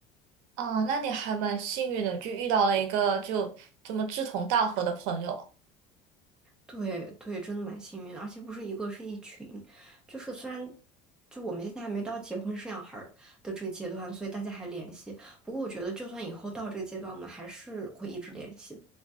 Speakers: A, on the right; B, in the centre.
A: 啊，那你还蛮幸运的，就遇到了一个就这么志同道合的朋友。
B: 对对，真的蛮幸运的，而且不是一个，是一群。就是虽然就我们现在还没到结婚生小孩儿的这个阶段，所以大家还联系。不过我觉得，就算以后到这个阶段，我们还是会一直联系的。